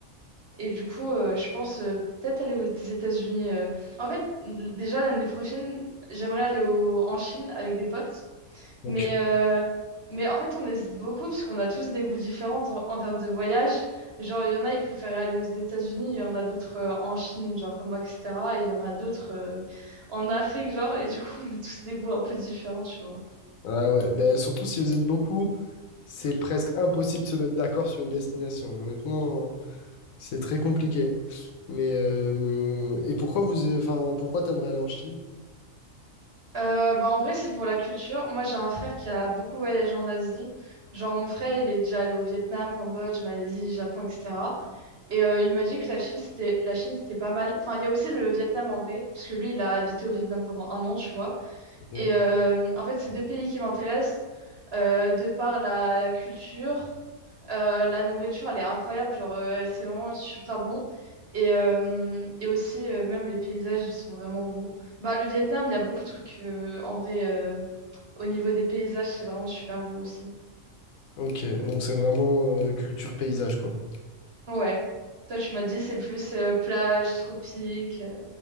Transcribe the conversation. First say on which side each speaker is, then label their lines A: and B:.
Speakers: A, on the right; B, on the left.
A: Et du coup, euh, je pense euh, peut-être aller aux États-Unis. euh. En fait, l- déjà l'année prochaine, j'aimerais aller au- en Chine avec des potes.
B: Donc,
A: Mais, euh, mais en fait, on hésite beaucoup parce qu'on a tous des goûts différents en, en termes de voyage. Genre, il y en a, ils préféraient aller aux États-Unis, il y en a d'autres euh, en Chine, genre comme moi, etc. Et il y en a d'autres euh, en Afrique, genre. Et du coup, <laughs> on a tous des goûts un peu différents, tu vois.
B: ouais, ouais. Ben, surtout si vous êtes beaucoup, c'est presque impossible de se mettre d'accord sur une destination. Honnêtement, euh, c'est très compliqué. Mais euh, et pourquoi vous, enfin, pourquoi t'aimerais aller en Chine?
A: Euh, bah en vrai, c'est pour la culture. Moi, j'ai un frère qui a beaucoup voyagé en Asie. Genre, mon frère, il est déjà allé au Vietnam, Cambodge, Malaisie, Japon, etc. Et euh, il m'a dit que la Chine, c'était la Chine, c'était pas mal. Enfin, il y a aussi le Vietnam en vrai, parce que lui, il a habité au Vietnam pendant un an, tu vois.
B: Ok,
A: Et euh, en fait, c'est deux pays qui m'intéressent euh, de par la, la culture euh, la nourriture, elle est incroyable, genre, euh, c'est vraiment super bon. Et, euh, et aussi, euh, même les paysages, ils sont vraiment beaux. Bah, le Vietnam, il y a beaucoup de trucs, euh, en vrai, euh, au niveau des paysages, c'est vraiment super beau aussi.
B: Ok. donc c'est vraiment euh, culture paysage, quoi.
A: Ouais. Toi, tu m'as dit, c'est plus euh, plage, tropique. euh,